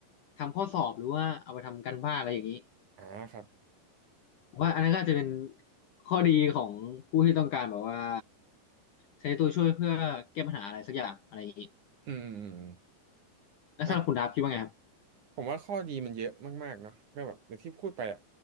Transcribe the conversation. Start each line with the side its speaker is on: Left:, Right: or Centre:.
Left: ทำข้อสอบหรือว่าเอาไปทำการบ้านอะไรอย่างนี้
Right: อ่าครับ
Left: ผมว่าอันนั้นก็อาจจะเป็นข้อดีของผู้ที่ต้องการแบบว่าใช้ตัวช่วยเพื่อแก้ปัญหาอะไรสักอย่างอะไรอย่างนี้
Right: อืม อืม อืม
Left: แล้วสำหรับคุณดับคิดว่าไงครับ
Right: อ่ะ ผมว่าข้อดีมันเยอะมากๆเนาะก็แบบอย่างที่พูดไปอ่ะ